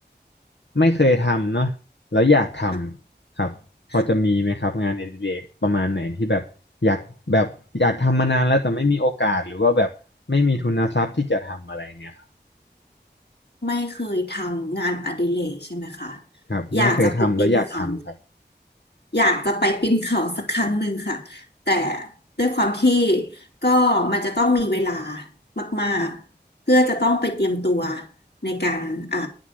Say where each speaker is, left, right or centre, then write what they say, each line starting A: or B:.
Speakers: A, on the left; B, on the left.
A: ไม่เคยทำเนาะแล้วอยากทำครับพอจะมีไหมครับงานอดิเรกประมาณไหนที่แบบอยากแบบอยากทำมานานแล้วแต่ไม่มีโอกาสหรือว่าแบบไม่มีทุนทรัพย์ที่จะทำอะไรเงี้ยครับ
B: ค่ะค่ะไม่เคยทำงานอดิเรกใช่ไหมคะ
A: ครับไม่เคยทำแล้วอยากทำครับ
B: อยากจะไปปีนเขา อยากจะไปปีนเขาสักครั้งหนึ่งค่ะแต่ด้วยความที่ก็มันจะต้องมีเวลามากๆเพื่อจะต้องไปเตรียมตัวในการอ่า